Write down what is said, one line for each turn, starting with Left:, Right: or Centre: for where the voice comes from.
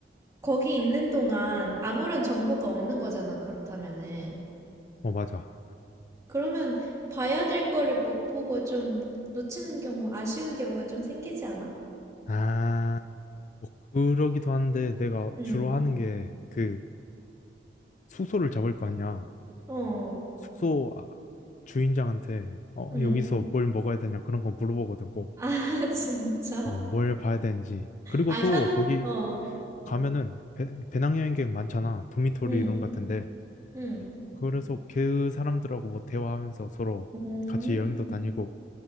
Right: 거기 있는 동안 아무런 정보가 없는 거잖아, 그렇다면은.
Left: 어, 맞아.
Right: 그러면 봐야 될 거를 못 보고 좀 놓치는 경우, 아쉬운 경우가 좀 생기지 않아?
Left: 아, 뭐 그러기도 한데 내가
Right: 응,
Left: 주로 하는 게 그 숙소를 잡을 거 아니야.
Right: 어,
Left: 숙소 아, 주인장한테 어,
Right: 응.
Left: 여기서 뭘 먹어야 되냐 그런 거 물어보거든.
Right: 아, <laughs> 진짜?
Left: 어, 뭘 봐야 되는지. 그리고
Right: 아,
Left: 또
Right: 현,
Left: 거기
Right: 어,
Left: 가면은 배, 배낭여행객 많잖아. 도미토리
Right: 응,
Left: 이런 같은데.
Right: 응.
Left: 그래서 그 사람들하고 뭐 대화하면서 서로
Right: 오,
Left: 같이 여행도 다니고